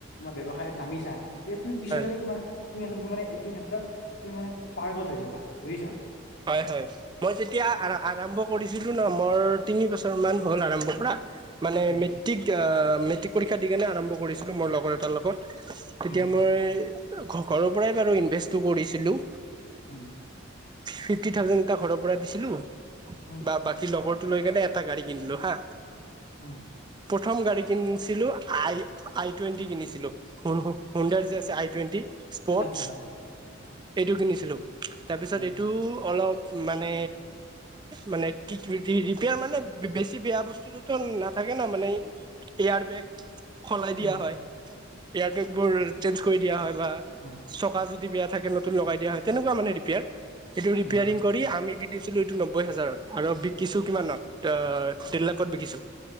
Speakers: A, on the left; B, on the right.
A: ব্য্ৱসায়ত নামিছা তেতিয়া তুমি পিছলৈকে
B: হয়
A: তোমাৰ তুমি আচলতে মানে এইটো ক্ষেত্ৰত তুমি মান পাৰ্ত হৈ যাবাুিছা
B: হয় হয় মই যেতিয়া আৰম্ভ কৰিছিলো ন মোৰ তিনি বছৰ মান হ'ল আৰম্ভ পৰা মানে
A: উম
B: মেট্ৰিক মেট্ৰিক পৰীক্ষা দি কাৰনেে আৰম্ভ কৰিছিলোঁ মোৰ লগৰ এটাৰ লগত তেতিয়া
A: উম
B: মই ঘৰৰ পৰাই বাৰু ইনভেষ্টটো কৰিছিলো
A: হম
B: ফিফটি থাজে এ ঘৰৰ পৰা দিছিলো
A: উম
B: বা ব স লগৰটো লৈ কেনে এটা গাড়ী কিনিলো হা
A: উম
B: প্ৰথম গাড়ী কিনিছিলো আই আই টুৱেণ্টি কিনিছিলো হুন্দাৰ যে আছে আই টুৱেণ্টি স্পৰ্টচ
A: আচ্ছা আচ্ছা আচ্ছা
B: এইটো কিনিছিলো তাৰপিছত
A: উম
B: এই অলপ মানে মানে কিপয়াৰ মানে বেছি বেয়া বস্তু নুত না থাকে ন মান এয়াৰ বেগ সলাই
A: উম
B: দিয়া হয় এয়াৰ বেগ বোৰ চেঞ্জ কৰি দিয়া হয় বা
A: অ
B: চকা যদি বেয়া থাকে নতুন লগাই দিয়া হয় তেনেকুৱা মানে ৰিপেয়াৰ এইেইটো ৰিপেয়াৰিং
A: উম
B: কৰি আমি যদি। ো এইটো নব্বৈ হাজাৰত আৰু বিকিছো কিমানত অ দেেৰ লাখত বিকিছো।